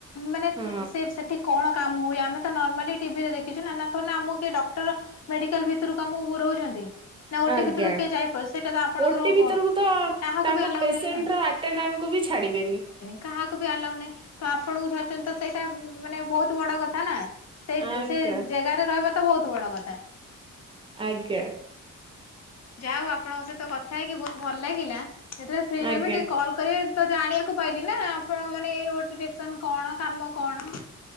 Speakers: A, on the left (about 50°); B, on the right (about 15°).
A: ମାନେ
B: ହଁ
A: ସେ ସେଠି କଣ କାମ ହୁଏ ଆମେ ତ ନର୍ମାଲି ଟିଭି ରେ ଦେଖଛୁ ନା ନାଥ ଆମକୁ କିଏ ଡକ୍ଟର ମେଡିକାଲ ଭିତରୁକୁ ତମକୁ ପୁରଉଛନ୍ତି? ନା ଓଟି
B: ଆଜ୍ଞା
A: ଭିତରକୁ କିଏ ଯାଇପାରୁଛି ସେଇଟା ତ ଆପଣଙ୍କର
B: ଓଟି ଭିତରକୁ ତ
A: କାହାକୁ
B: ତାଙ୍କ
A: ବି ଆଲାଉ
B: ପେସେଣ୍ଟ
A: ନାହିଁ ନା।
B: ର- ଟ କୁ ବି ଛାଡିବେନି।
A: କାହାକୁ ବି ଆଲାଉ ନାହିଁ ତ ଆପଣଙ୍କୁ ଛନ୍ତି ତ ସେଇଟା ମାନେ ବହୁତ ବଡ କଥା ନା। ସେଇ
B: ଆଜ୍ଞା
A: ସେଇ ଜାଗାରେ ରହିବା ତ ବହୁତ ବଡ କଥା।
B: ଆଜ୍ଞା।
A: ଯାହା ହଉ ଆପଣଙ୍କ ସହିତ କଥା ହେଇକି ବହୁତ ଭଲ ଲାଗିଲା ଯେତେବେଳେ ଫ୍ରି
B: ଆଜ୍ଞା
A: ରହିବେ ଟିକେ କ କରିବ ତ ଜାଣିବାକୁ ପାଇଲି ନା ଆପଣ ମାନେ ଏଇ କଣ କାମ କଣ?